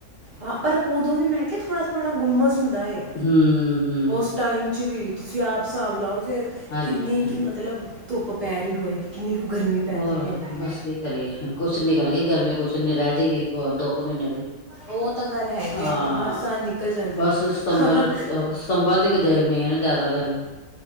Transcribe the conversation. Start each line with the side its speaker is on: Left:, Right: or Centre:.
Right: ਹਾਂ ਪਰ ਓਦੋਂ ਵੀ ਮੈਂ ਕਿਆ ਥੋੜਾ-ਥੋੜ੍ਹਾ ਗੁੰਮਸ ਹੁੰਦਾ ਏ
Left: ਹਮ ਹਮ
Right: ਓਸ ਟਾਈਮ ਚ ਵੀ ਤੁਸੀਂ ਆਪ ਹਿਸਾਬ ਲਾਓ ਫਿਰ
Left: ਹਾਂਜੀ
Right: ਕਿੰਨੀ
Left: ਹਾਂਜੀ
Right: ਕੀ ਮਤਲਬ ਧੁੱਪ ਪੈ ਰੀ ਹੋਏਗੀ। ਕਿੰਨੀ ਕ ਗਰਮੀ ਪੈਂਦੀ
Left: ਹੋਰ
Right: ਪੀ ਹੋਣੀ।
Left: ਬਸ ਕੀ ਕਰੀਏ ਕੁਛ ਨਿਕਲ ਗਈ ਗਰਮੀ ਕੁਛ ਨੀ ਰੈ ਜੇਗੀ ਹੋਰ ਦੋ ਕ ਮੀਨੇ ਦੀ।
Right: ਓ ਤਾਂ ਗੱਲ ਹੈਗੀ
Left: ਹਾਂ
Right: ਆ ਓ ਤਾਂ ਹਰ ਸਾਲ ਨਿਕਲ ਜਾਂਦੀ
Left: ਬਸ
Right: ਐ।
Left: ਸਤੰਬਰ ਅਕ ਸਤੰਬਰ ਤਕ <unintelligible> ਜਾਦਾ ਗਰਮੀ।